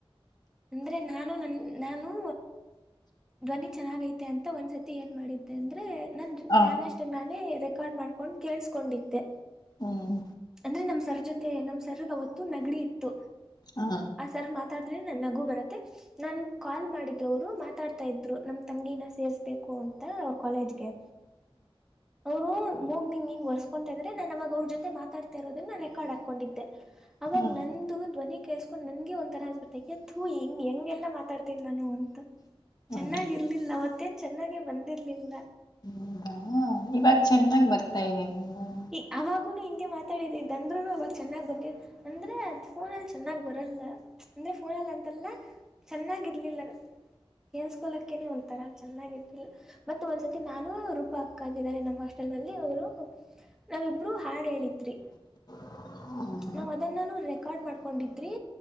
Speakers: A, in the centre; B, on the left.
A: ಅಂದ್ರೆ ನಾನು ನನ್ ನಾನು ಧ್ವನಿ ಚೆನ್ನಾಗ ಐತೆ ಅಂತ ಒಂದ್ಸತಿ ಏನ್ ಮಾಡಿದ್ದೆ ಅಂದ್ರೆ ನನ್
B: ಹ
A: ನಾನ ಅಷ್ಟ ನಾನೇ ರೆಕಾರ್ಡ್ ಮಾಡ್ಕೊಂಡ ಕೇಳ್ಸ್ಕೊಂಡಿದ್ದೆ.
B: ಹ್ಮ್
A: ಅಂದ್ರೆ ನಮ್ಮ ಸರ ಜೊತೆ ನಮ್ಮ ಸರ್ಗ ಅವತ್ತು ನೆಗಡಿ ಇತ್ತು.
B: ಹಾ
A: ಆ ಸರ್ ಮಾತಾಡದ್ರೆ ನನ್ ನಗು ಬರುತ್ತೆ ನಾನ ಕಾಲ್ ಮಾಡಿದ್ರ ಅವ್ರು ಮಾತ್ ಮಾತಾಡ್ತಾ ಇದ್ರು ನಮ್ ತಂಗಿನ ಸೇರ್ಸ್ಬೇಕು ಅಂತ ಅವ್ರ ಕಾಲೇಜ್ಗೆ. ಅವ್ರು ಮೂಗ ಹಿಂಗ್ ಹಿಂಗ ವರ್ಸ್ಕೊಂತಾ ಇದಾರೆ ನಾನ್ ಅವಾಗ ಅವ್ರ ಜೊತೆ ಮಾತಾಡ್ತಾ ಇರೋದನ್ನ ರೆಕಾರ್ಡ್ ಆತ ಕೊಂಡಿದ್ದೆ ಅವಾಗ
B: ಹ
A: ನಂದು ಧ್ವನಿ ಕೇಳಸ್ಕೊಂಡು ನನ್ಗೆ ಒಂದು ಥರ ಅನ್ಬಿಟ್ಟು ಅಯ್ಯ ಥು ಹೆಂಗ್ ಹೆಂಗೆಲ್ಲ ಮಾತಾಡ್ತೀನಿ ನಾನು ಅಂತ
B: ಹ
A: ಚೆನ್ನಾಗಿ ಇರ್ಲಿಲ್ಲ ಅವತ್ತೇನ್ ಚೆನ್ನಾಗೆ ಬಂದಿರ್ಲಿಲ್ಲ.
B: ಹೌದಾ ಇವಾಗ ಚೆನ್ನಾಗ್ ಬರ್ತಾ ಇದೇ ನಿಮ್ಮ್
A: ಈ ಅವಾಗೂನು ಹಿಂಗೆ ಮಾತಾಡಿದಿ ಅಂದ್ರುನು ಅವಾಗ ಚೆನ್ನಾಗ್ ಬಂದ ಅಂದ್ರೆ ಫೋನಲ್ಲಿ ಚೆನ್ನಾಗಿ ಬರಲ್ಲ ಅಂದ್ರೆ ಫೋನಲ್ಲ ಅಂತೆಲ್ಲ ಚೆನ್ನಾಗಿರಲಿಲ್ಲ. ಕೇಳಿಸ್ಕೊಳ್ಳಕ್ಕೆನೆ ಒಂಥರ ಚೆನ್ನಾಗಿತ್ತ ಇಲ್ಲ್ ಮತ್ತ ಒಂದ್ಸತಿ ನಾನು ರೂಪ ಅಕ್ಕ ಅಂತಿದ್ದಾರೆ ನಮ್ಮ್ ಹಾಸ್ಟೆಲ್ ನಲ್ಲಿ ಅವರು ನಾವಿಬ್ರು ಹಾಡ ಹೇಳಿದ್ರಿ.
B: <unintelligible> ಹೌ
A: ನಾವ್ ಅದನ್ನ ರೆಕಾರ್ಡ್ ಮಾಡ್ಕೊಂಡಿದ್ರಿ